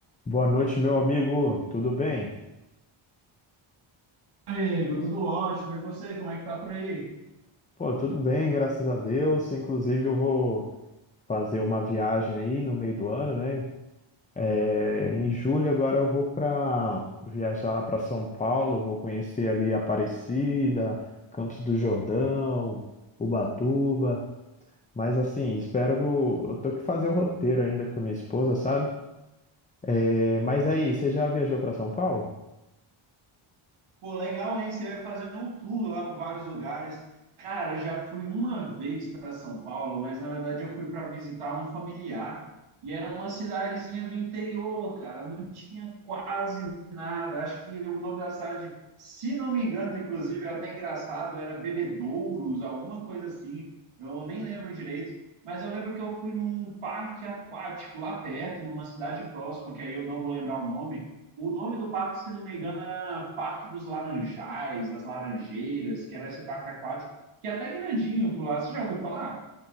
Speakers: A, on the left; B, on the right.
A: Boa noite, meu amigo. Tudo bem?
B: Amigo, tudo ótimo. E você, como é que tá por aí?
A: Pô, tudo bem, graças a Deus. Inclusive, eu vou fazer uma viagem aí no meio do ano, né? É, em julho agora eu vou para viajar lá para São Paulo, vou conhecer ali Aparecida, Campos do Jordão, Ubatuba. Mas assim, espero que eu, eu tô que fazer o roteiro ainda com a minha esposa, sabe? É, mas aí, você já viajou para São Paulo?
B: Pô, legal, hein? Você vai fazer um tour lá por vários lugares. Cara, já fui uma vez para São Paulo, mas na verdade eu fui para visitar um familiar e era uma cidadezinha do interior, cara. Não tinha quase nada. Acho que o nome da cidade, se não me engano, inclusive, é até engraçado, era Bebedouros, alguma coisa assim. Eu nem lembro direito. Mas eu lembro que eu fui num parque aquático lá perto, numa cidade próxima, que aí eu não vou lembrar o nome. O nome do parque, se não me engano, era Parque dos Laranjais, das Laranjeiras, que era esse parque aquático, que é até grandinho por lá. Você já ouviu falar?